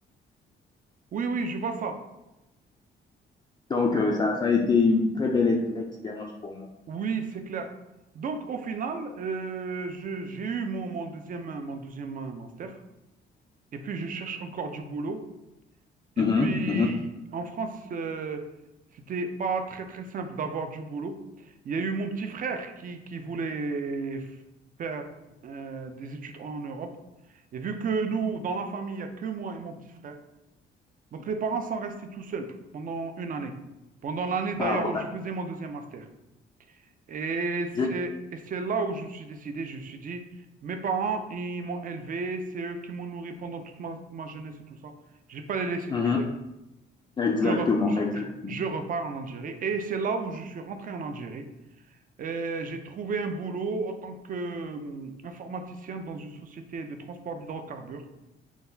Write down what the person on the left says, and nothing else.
Donc, euh, ça, ça a été une très belle ex- expérience pour moi.
Mhm,
mhm.
Ah,
ouais,
je-
mhm.
Exactement,
exactement.